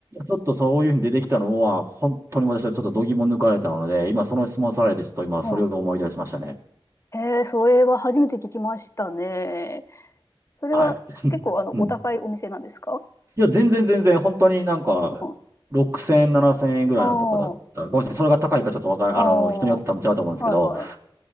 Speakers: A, on the right; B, on the left.
A: ちょっとそういうふうに出てきたのは、本当に私はちょっと度肝抜かれたので、今その質問されて、ちょっと今それを思い出しましたね。
B: うん。へえ、それは初めて聞きましたね。それは結構あの、
A: はい。<laughs> うん。
B: お高いお店なんですか
A: いや、全然全然、本当になんか、
B: うん。
A: 6000円、7000円ぐらいのとこだった。
B: ああ、
A: ごめんなさい。それが高いかちょっとわかる、
B: ああ、
A: あの、人によって多分違うと思うんですけど、
B: はいはい。